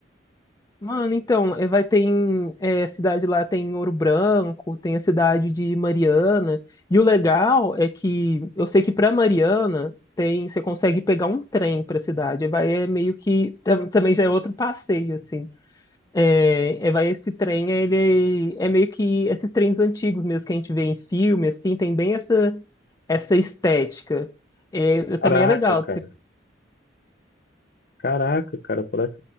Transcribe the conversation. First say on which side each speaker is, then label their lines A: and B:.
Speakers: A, on the left (about 20°); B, on the left (about 50°).
A: Mano, então, eh, vai ter em, eh, cidade lá, tem Ouro Branco, tem a cidade de Mariana. E o legal é que eu sei que para Mariana tem, você consegue pegar um trem para a cidade. Aí Vai é meio que tam- também já é outro passeio assim. É, é, vai esse trem, ele é é meio que esses trens antigos mesmo que a gente vê em filme, assim, tem bem essa essa estética. É, também
B: Caraca,
A: é legal.
B: cara.
A: de se-
B: Caraca, cara, parece